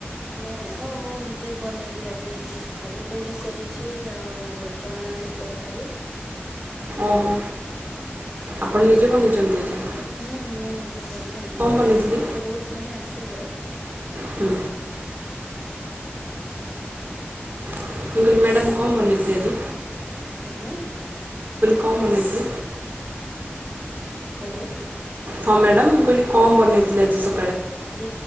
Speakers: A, in the centre; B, on the right.
A: ନାଇଁ ହଁ ମୁଁ ନିଜେ ବନେଇଲି ଆଜି ଆଜି ପୁରୀ କରିଛି ଆଉ ଚଣା ଆଳୁ ତରକାରୀ।
B: ଓହୋ ଆପଣ ନିଜେ ବନେଇଛନ୍ତି ଆଜ।
A: ହୁଁ ମୁଁ ନିଜେ ବନାଏ ମତେ ଆସେ
B: ବନେଇଥିଲେ?
A: ଟିକେ ବହୁତ ମାନେ ଆସିଯାଏ।
B: ହୁଁ ମୁଁ କହିଲି ମ୍ୟାଡ଼ାମ୍ କଣ ବନେଇଥିଲେ ଆଜି।
A: ଆଜ୍ଞା।
B: କଂ ବନେଇଥିଲେ।
A: ହ୍ୟାଲୋ।
B: ହଁ ମ୍ୟାଡ଼ାମ ମୁଁ କହିଲି କଣ ବନେଇଥିଲି ଆଜି ସ
A: ଆଜି